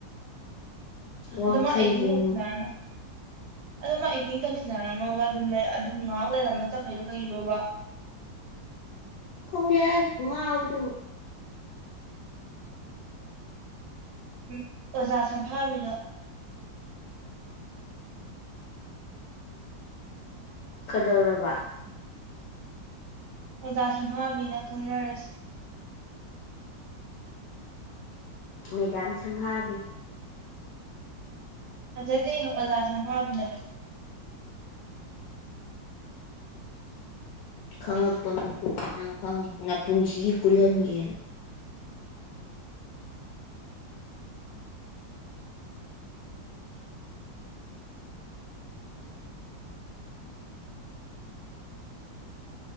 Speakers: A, on the left; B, on the right.
A: ꯋꯥꯡꯈꯩꯒꯨꯝ
B: ꯑꯗꯣ ꯃꯥ ꯑꯦꯛꯇꯤꯡ ꯇꯧꯁꯤꯟꯅꯔꯒ ꯑꯗꯨ ꯃꯥ ꯑꯦꯛꯇꯤꯡ ꯇꯧꯁꯤꯟꯅꯔꯝꯃꯒ ꯑꯗꯨꯝ ꯂꯩ ꯑꯗꯨꯝ ꯉꯍꯥꯛ ꯂꯩꯔꯝꯃ ꯆꯠꯈꯩꯗꯣ ꯀꯩꯒꯤꯅꯣꯕ
A: ꯈꯣꯡꯗꯦꯍꯦ ꯊꯨꯉꯥꯎꯕꯤꯗꯨꯕꯨ
B: ꯎꯝ ꯑꯣꯖꯥ ꯁꯝꯐꯥꯕꯤꯅꯣ
A: ꯀꯗꯧꯔꯕ
B: ꯑꯣꯖꯥ ꯁꯝꯐꯥꯕꯤꯅ ꯈꯪꯅꯔꯁꯤ
A: ꯃꯦꯒꯥꯝ ꯁꯝꯐꯥꯕꯤ
B: ꯑꯖꯩꯗꯤ ꯑꯣꯖꯥ ꯁꯝꯐꯥꯕꯤꯅ ꯐꯖꯩ
A: ꯈꯪꯉꯛꯄ ꯃꯤꯀꯨꯞꯇ ꯅꯪ ꯈꯪꯅꯤ ꯉꯄꯨꯟꯁꯤꯒꯤ ꯀꯨꯜꯍꯟꯒꯦꯅ